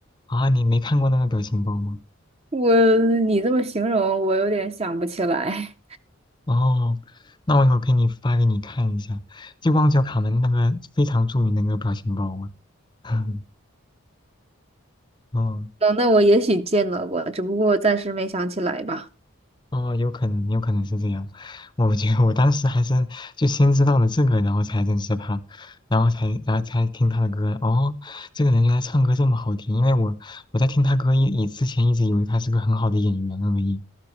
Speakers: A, on the left (about 20°); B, on the right (about 30°).
A: 啊，你没看过那个表情包吗？
B: 我你这么形容，我有点想不起来。
A: 哦，那我一会儿给你发给你看一下，就旺角卡门那个非常著名的那个表情包啊。<laughs> 嗯，哦，
B: 嗯，那我也许见到过，只不过我暂时没想起来吧。
A: 哦，有可能，有可能是这样。我觉得我当时还是就先知道了这个，然后才认识他，然后才然后才听他的歌。哦，这个人原来唱歌这么好听，因为我我在听他歌以以之前一直以为他是个很好的演员而已，